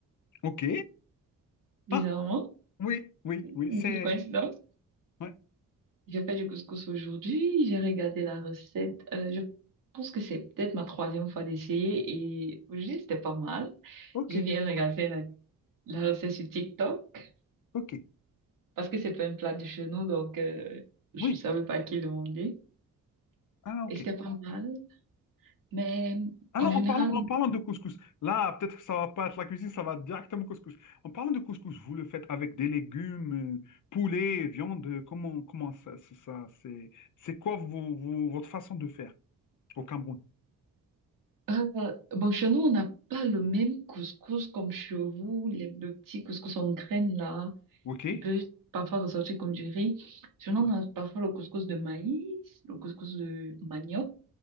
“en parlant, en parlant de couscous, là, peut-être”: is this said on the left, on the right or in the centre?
Left